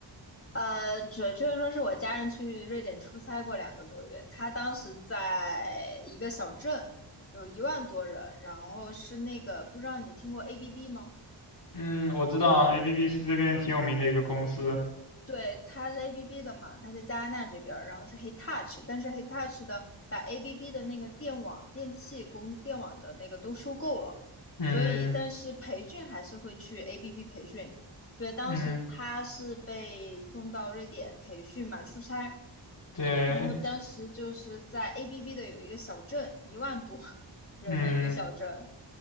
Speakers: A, on the left (about 30°); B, on the left (about 60°).
A: 呃，准确说是我家人去瑞典出差过两个多月，他当时在一个小镇，有一万多人，然后是那个不知道你听过 ABB 吗？
B: 嗯，我知道啊，ABB 是这边挺有名的一个公司。
A: 对，它是 ABB 的嘛，它在加拿大这边儿，然后是 Hitachi，但是 Hitachi 的把 ABB 的那个电网、电器供电网的那个都收购了，
B: 嗯
A: 所以但是培训还是会去 ABB 培训，所以当时他是被送到瑞典培训嘛，
B: 嗯。
A: 出差，
B: 对，
A: 然后当时就是在 ABB 的有一个小镇，一万多人的一个小镇，
B: 嗯，